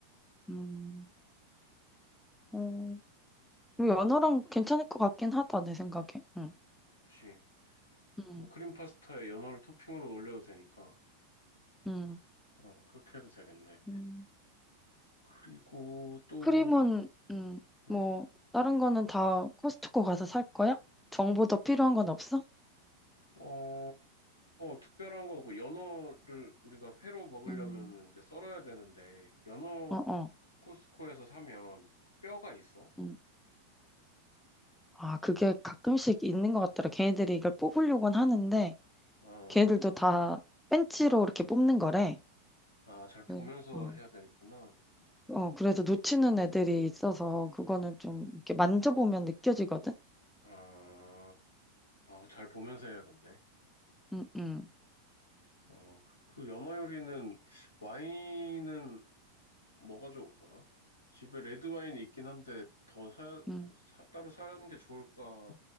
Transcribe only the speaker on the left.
그치.
그 크림 파스타에 연어를 토핑으로 올려도 되니까.
어, 그렇게 해도 되겠네.
그리고 또,
음,
어, 어, 특별한 건 없고, 연어를 우리가 회로 먹으려면
이제 썰어야 되는데, 연어
코스코에서 사면 뼈가 있어?
아,
아, 잘 보면서
해야 되겠구나.
아, 아, 잘 보면서 해야겠네.
어, 그리고 연어 요리는 와인은 뭐가 좋을까? 집에 레드 와인이 있긴 한데 더 사야
뭐 사- 따로 사려는 게 좋을까